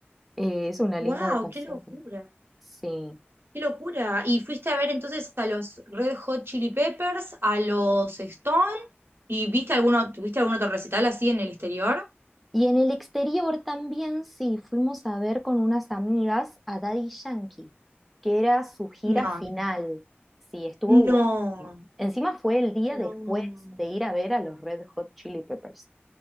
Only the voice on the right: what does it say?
Wow,
qué locura,
qué locura. ¿Y fuiste a ver entonces a los Red Hot Chili Peppers, a los Stone y viste alguno, tuviste algún otro recital así en el exterior?
No,
no,
no,